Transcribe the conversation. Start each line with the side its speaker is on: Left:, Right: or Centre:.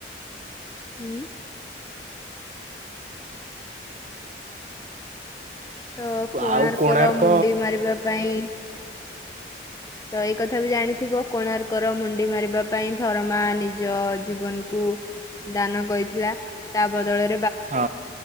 Left: ହୁଁ। ତ କୋଣାର୍କର
Right: ଆଉ କୋଣାର୍କ
Left: ମୁଣ୍ଡି ମାରିବା ପାଇଁ ତ ଏଇ କଥା ବି ଜାଣିଥିବ କୋଣାର୍କର ମୁଣ୍ଡି ମାରିବା ପାଇଁ ଥରମା ନିଜ ଜୀବନକୁ ଦାନ କରିଥିଲା ତା ବଦଳରେ
Right: ହଁ।